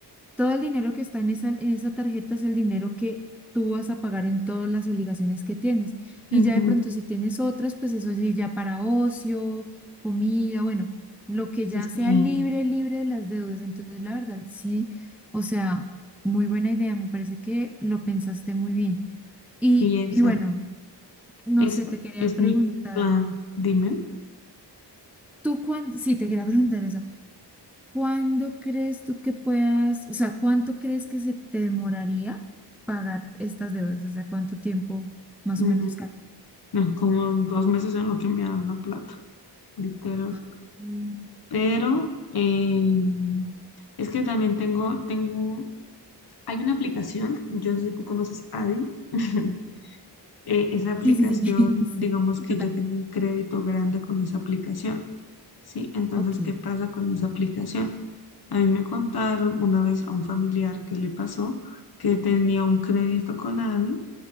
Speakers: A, in the centre; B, on the left.
A: todo el dinero que está en esa, en esa tarjeta es el dinero que tú vas a pagar en todas las obligaciones que tienes. Y
B: ujú,
A: ya de pronto si tienes otras, pues eso sí, ya para ocio, comida, bueno, lo que ya
B: Sí,
A: sea libre, libre de las deudas. Entonces, la verdad, sí, o sea, muy buena idea, me parece que lo pensaste muy bien. Y,
B: sí, exacto,
A: y bueno, no
B: ese
A: sé, te quería
B: es
A: preguntar.
B: mi plan, dime.
A: Tú cuándo, sí, te quería preguntar eso. ¿Cuándo crees tú que puedas, o sea, cuánto crees que se te demoraría pagar estas deudas? O sea, ¿cuánto tiempo más
B: Mm.
A: o menos calculas?
B: no, como dos meses en lo que me dan la plata, literal.
A: Ah, mm,
B: Pero eh, es que también tengo, tengo, hay una aplicación, yo no sé si tú conoces Adi. <laughs> eh, esa aplicación,
A: Sí, sí, sí, <laughs> sí,
B: digamos que
A: total.
B: yo tengo un crédito grande con esa aplicación, ¿sí? Entonces,
A: Ok,
B: ¿qué pasa con esa aplicación? A mí me contaron una vez a un familiar que le pasó que tenía un crédito con Adi